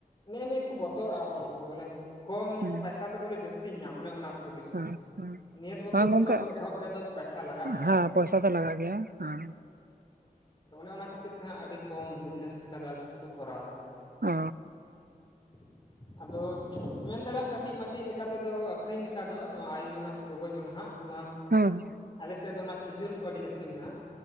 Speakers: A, on the left; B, on the right.
A: ᱱᱮᱜᱼᱮ ᱱᱤᱭᱟᱹ ᱠᱚ ᱵᱚᱛᱚᱨᱟᱜᱼᱟ ᱦᱚᱲ ᱠᱚ ᱵᱚᱞᱮ ᱠᱚᱢ
B: ᱦᱩᱸ
A: ᱯᱟᱭᱥᱟ ᱛᱮ ᱵᱚᱞᱮ ᱡᱟᱹᱥᱛᱤ ᱧᱟᱢ ᱚᱱᱮ ᱚᱱᱟ ᱦᱩᱫᱤᱥᱚᱜᱼᱟ
B: ᱦᱮᱸ ᱦᱮᱸ
A: ᱱᱤᱭᱟᱹ ᱫᱚ ᱵᱟᱠᱚ
B: ᱵᱟᱝ
A: ᱦᱩᱫᱤᱥᱚᱜᱼᱟ
B: ᱜᱚᱝᱠᱮ
A: ᱵᱚᱞᱮ ᱮᱦᱚᱵ ᱨᱮᱫᱚ ᱯᱚᱭᱥᱟ ᱞᱟᱜᱟᱜ ᱜᱮᱭᱟ᱾
B: ᱦᱮᱸ ᱯᱚᱭᱥᱟ ᱫᱚ ᱞᱟᱜᱟᱜ ᱜᱮᱭᱟ ᱦᱮᱸ
A: ᱟᱫᱚ ᱚᱱᱮ ᱚᱱᱟ ᱠᱷᱟᱹᱛᱤᱨ ᱛᱮᱦᱟᱸᱜ ᱟᱹᱰᱤ ᱠᱚᱢ ᱵᱤᱡᱽᱱᱮᱥ ᱞᱮᱠᱟ ᱫᱚ ᱟᱞᱮ ᱥᱮᱫ ᱠᱚ ᱠᱚᱨᱟᱣᱫᱟ ᱦᱟᱜ᱾
B: ᱚᱻ
A: <inaudible> ᱟᱫᱚ, ᱢᱮᱱ ᱫᱟᱲᱮᱭᱟᱢ ᱠᱟᱹᱴᱤᱡ ᱢᱟᱹᱴᱤᱡ ᱞᱮᱠᱟ ᱛᱮᱫᱚ ᱟᱹᱠᱷᱨᱤᱧ ᱞᱮᱠᱟ ᱫᱚ ᱱᱚᱣᱟ ᱟᱭᱚᱡᱚᱱᱟ ᱥᱮ ᱠᱚ ᱜᱚᱜᱚ ᱡᱚᱱᱷᱟᱜ ᱱᱚᱣᱟ,
B: ᱦᱩᱸ,
A: ᱟᱞᱮ ᱥᱮᱫ ᱫᱚ ᱚᱱᱟ ᱠᱷᱤᱡᱩᱨ ᱠᱚ ᱟᱹᱰᱤ ᱡᱟᱹᱥᱛᱤ ᱢᱮᱱᱟᱜᱼᱟ᱾